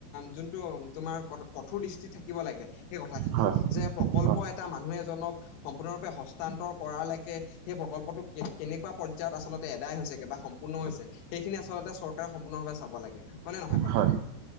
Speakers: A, on the left (about 85°); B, on the right (about 85°).
A: যোনটো তোমাৰ- কঠোৰ দৃষ্টিত থাকিব লাগে সেই কথাখিনি
B: হয়
A: যে প্ৰকল্প
B: হয়
A: এটা মানুহ এজনক- সম্পূৰ্ণৰূপে হস্তান্তৰ কৰালৈকে- সেই প্ৰকল্পটো কে কেনেকুৱা পৰ্যায়ত আচলতে এদায় হৈছে কে বা সম্পূৰ্ণ হৈছে- সেইখিনি আচলতে চৰকাৰে সম্পূৰ্ণভাৱে চাব লাগে, হয়নে নহয় বাৰু?
B: হয়